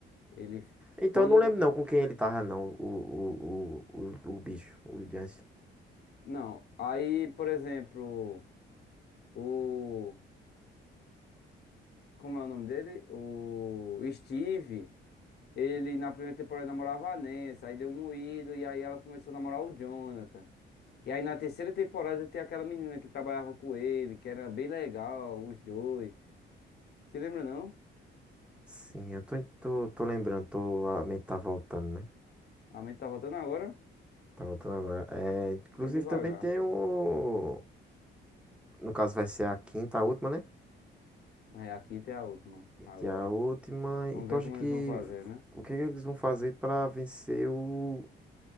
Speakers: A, on the left; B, in the centre.
A: ele
B: Então
A: todo.
B: eu não lembro não com quem ele tava, não, o, o, o, o, o bicho, o Jansen.
A: Não. Aí, por exemplo, o. Como é o nome dele? O Steve. Ele na primeira temporada namorava a Nancy, aí deu moído, e aí ela começou a namorar o Jonathan. E aí na terceira temporada tem aquela menina que trabalhava com ele, que era bem legal, os dois. Você lembra, não?
B: Sim, eu tô, tô, tô lembrando, tô, a mente tá voltando, né?
A: A mente tá voltando agora?
B: Tá voltando agora. É, inclusive
A: É devagar.
B: também tem o. No caso vai ser a quinta, a última, né?
A: É, aqui tem a última.
B: Quinta
A: Agora.
B: e a última.
A: Vamos
B: E tu
A: ver
B: acha
A: como
B: que.
A: eles vão fazer, né?
B: O que é que eles vão fazer pra vencer o.